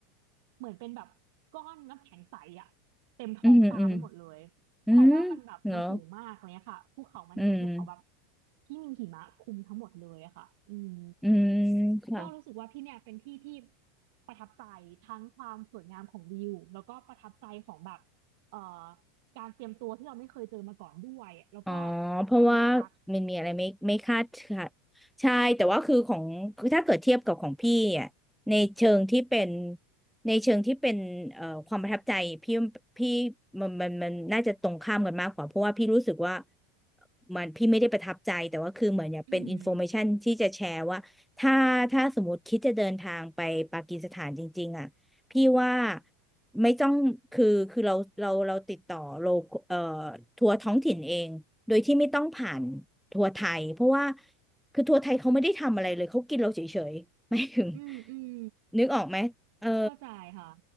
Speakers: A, on the right; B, in the centre.
A: เหมือนเป็นแบบก้อนน้ำแข็งใสอะเต็มท้องฟ้าไปหมดเลย
B: อืมอืมอืมอืมอืมอืมอืมอืมเหรอ
A: เพราะว่ามันแบบมันสูงมากอะไรเลยค่ะภูเขามันเป็นภูเขาแบบ
B: อืม
A: ที่มีหิมะคลุมทั้งหมดเลยอะค่ะอืม
B: อืมค่ะ
A: ก็รู้สึกว่าที่เนี่ยเป็นที่ที่ประทับใจทั้งความสวยงามของวิวแล้วก็ประทับใจของแบบเอ่อการเตรียมตัวที่เราไม่เคยเจอมาก่อนด้วยแล้วก็
B: อ๋อ เพราะว่า
A: คนน่ารัก
B: มันมีอะไรไม่ไม่คาดค่ะใช่แต่ว่าคือของคือถ้าเกิดเทียบกับของพี่อ่ะในเชิงที่เป็นในเชิงที่เป็นเอ่อความประทับใจพี่พี่มันมันมันน่าจะตรงข้ามกันมากกว่าเพราะว่าพี่รู้สึกว่ามันพี่ไม่ได้ประทับใจแต่ว่าคือเหมือนอยากเป็นอินโฟ
A: อืม
B: a มชันที่จะแชร์ว่าถ้าถ้าสมมติคิดจะเดินทางไปปากีสถานจริงๆอ่ะพี่ว่า ไม่ต้องคือคือเราเราเราติดต่อโลเอ่อทัวร์ท้องถิ่นเองโดยที่ไม่ต้องผ่านทัวร์ไทยเพราะว่าคือทัวร์ไทยเขาไม่ได้ทำอะไรเลยเขากินเราเฉยๆ <laughs> ไม่ถึง
A: อืมอืม
B: นึกออกไหมเออ
A: เข้าใจค่ะ